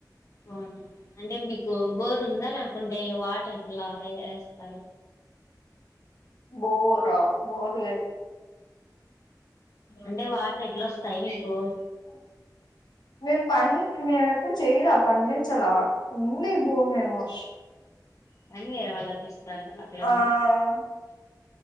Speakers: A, on the left; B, on the left.
A: అవునా అంటే మీకు బోర్ ఉందా లేకుంటే వాటర్ ఇట్లా ఏస్తారు
B: బోరా బోర్ లేదు
A: అంటే వాటర్ ఎట్లా వస్తాయ్ మీకు
B: ఆ మేము పం మేము ఎప్పుడు చెయ్యలా పండించలా ఉంది భూమి ఏమో
A: కానీ వేరే వాళ్ళకి ఇస్తారు అట్లని
B: ఆ